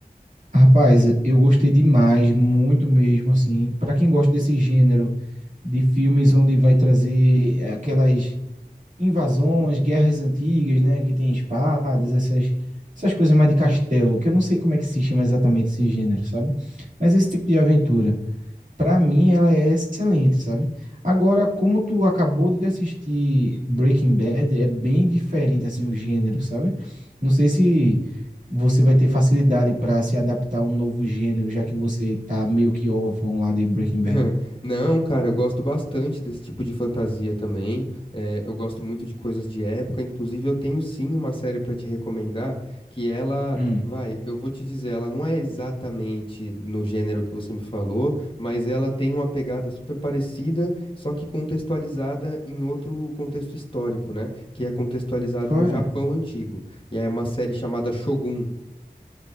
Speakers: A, on the right; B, on the left.
A: Rapaz, eu gostei demais, muito mesmo, assim. Pra quem gosta desse gênero de filmes onde vai trazer aquelas invasões, guerras antigas, né? Que tem espadas, essas, essas coisas mais de castelo, que eu não sei como é que se chama exatamente esse gênero, sabe? Mas esse tipo de aventura, pra mim, ela é excelente, sabe? Agora, como tu acabou de assistir Breaking Bad, é bem diferente, assim, o gênero, sabe? Não sei se você vai ter facilidade para se adaptar a um novo gênero, já que você tá meio que órfão lá de Breaking
B: <laughs>
A: Bad.
B: Não, cara, eu gosto bastante desse tipo de fantasia também. eh, eu gosto muito de coisas de época. Inclusive, eu tenho sim uma série pra te recomendar que ela,
A: Hum.
B: vai, eu vou te dizer, ela não é exatamente no gênero que você me falou, mas ela tem uma pegada super parecida, só que contextualizada em outro contexto histórico, né? Que é contextualizado
A: Qual
B: no
A: é?
B: Japão antigo. E é uma série chamada Shogun.